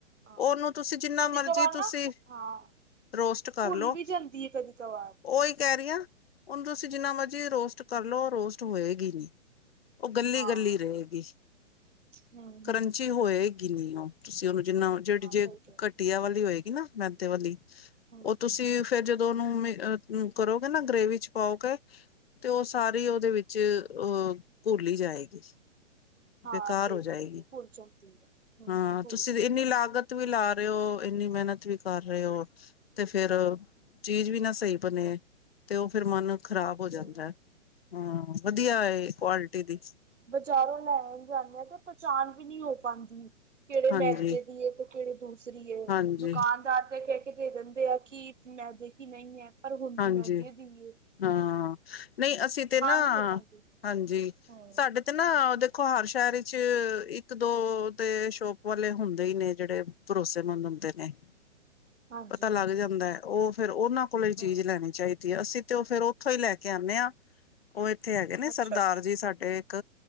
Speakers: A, on the right; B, on the left.
A: ਹਾਂ
B: ਉਹਨੂੰ ਤੁਸੀਂ ਜਿੰਨਾ
A: ਕਦੀ
B: ਮਰਜੀ
A: ਕ ਵਾਰ ਨਾ
B: ਤੁਸੀਂ
A: ਹਾਂ
B: ਰੋਸਟ ਕਰ
A: ਭੁੱਲ
B: ਲਓ
A: ਵੀ ਜਾਂਦੀ ਆ ਕਦੀ ਸਵਾ <unintelligible>
B: ਉਹੀ ਕਹਿ ਰਹੀ ਹਾਂ ਹੁਣ ਤੁਸੀਂ ਜਿੰਨਾ ਮਰਜ਼ੀ ਰੋਸਟ ਕਰ ਲਓ ਰੋਸਟ ਹੋਏਗੀ ਨਹੀਂ ਉਹ ਗੱਲੀ
A: ਹਾਂ
B: ਗੱਲੀ ਰਹੇਗੀ
A: ਹਮ
B: ਕਰੰਚੀ
A: ਹਮ
B: ਹੋਏਗੀ ਨੀ ਉਹ ਤੁਸੀਂ ਉਹਨੂੰ ਜਿੰਨਾ ਜਿਹੜੀ
A: ਹਾਂ
B: ਜੇ
A: ਸਹੀ ਕਹਿ
B: ਘਟੀਆ ਵਾਲੀ ਹੋਏਗੀ ਨਾ ਮਹਿੰਦੇ ਵਾਲੀ
A: ਹਮ
B: ਉਹ ਤੁਸੀਂ ਫੇਰ ਜਦੋਂ ਦੋਨ ਨੂੰ ਅ ਕਰੋਗੇ ਨਾ ਗਰੇਵੀ ਚ ਪਾਓਗੇ ਤੇ ਉਹ ਸਾਰੀ ਉਹਦੇ ਵਿੱਚ ਅਹ ਘੋਲੀ ਜਾਏਗੀ
A: ਹਾਂ
B: ਬੇਕਾਰ
A: ਸਹੀ
B: ਹੋ ਜਾਏਗੀ
A: ਕਹਿ ਰਹੀ ਭੁੱਲ ਜਾਂਦੀ ਹੈ ਹਮ
B: ਹਾਂ
A: ਭੁੱਲ
B: ਤੁਸੀਂ
A: ਜਾਂਦੀ
B: ਇੰਨੀ ਲਾਗਤ ਵੀ ਲਾ ਰਹੇ ਹੋ ਇੰਨੀ ਮਿਹਨਤ ਵੀ ਕਰ ਰਹੇ ਹੋ ਤੇ ਫੇਰ ਚੀਜ਼ ਵੀ ਨਾ ਸਹੀ ਬਣੇ ਤੇ ਉਹ ਫੇਿਰ ਮਨ ਖ਼ਰਾਬ ਹੋ
A: ਸਹੀ
B: ਜਾਂਦਾ ਹਮ ਵਧੀਆ ਕੁਆਲਿਟੀ ਦੀ
A: ਬਜ਼ਾਰੋਂ ਲੈਣ ਜਾਂਦੇ ਹਾਂ ਤੇ ਪਚਾਣ ਵੀ ਨਹੀਂੀ ਹੋ ਪਾਉਂਦੀ ਕਿਹੜੇ
B: ਹਾਂਜੀ
A: ਮੈਦੇ ਦੀ ਤੇ ਕਿਹੜੇ ਦੂਸਰੀ
B: ਹਾਂਜੀ
A: ਦੁਕਾਨਦਾਰ ਤੇ ਕਹਿ ਕੇ ਦੇ ਦਿੰਦੇ ਆ ਕਿ ਮੈਂ ਦੇਖੀ ਨਹੀਂ ਹੈ ਪਰ ਹੁੰਦੀ
B: ਹਾਂਜੀ
A: ਮੈਂ ਅੱਜੇ ਦੀਏ
B: ਹਾਂ ਨਹੀਂ ਅਸੀਂ ਤੇ ਨਾ
A: ਨਹੀਂ ਹੋ ਪਾਉਂਦੀ
B: ਹਾਂਜੀ
A: ਹਮ
B: ਸਾਡੇ ਤੇ ਨਾ ਦੇਖੋ ਹਰ ਸ਼ਹਿਰ ਵਿੱਚ ਇੱਕ ਦੋ ਤੇ ਸ਼ੋਪ ਵਾਲੇ ਹੁੰਦੇ ਹੀ ਨੇ ਜਿਹੜੇ ਭਰੋਸੇ ਮੰਨ ਹੁੰਦੇ ਨੇ
A: <inaudible>
B: ਪਤਾ ਲੱਗ
A: ਹਾਂਜੀ
B: ਜਾਂਦਾ ਹੈ ਉਹ ਫੇਿਰ ਉਹਨਾਂ ਕੋਲੇ ਚੀਜ਼
A: ਹਮ
B: ਲੈਣੀ ਚਾਹੀਦੀ ਹੈ ਅਸੀਂ ਤੇ ਉਹ ਫੇਿਰ ਉੱਥੋਂ ਹੀ ਲੈ ਕੇ ਆਉਂਦੇ ਹਾਂ ਉਹ ਇੱਥੇ ਹੈਗੇ ਨੇ
A: ਅੱਛਾ
B: ਸਰਦਾਰ
A: ਅੱਛਾ
B: ਜੀ ਸਾਡੇ ਇੱਕ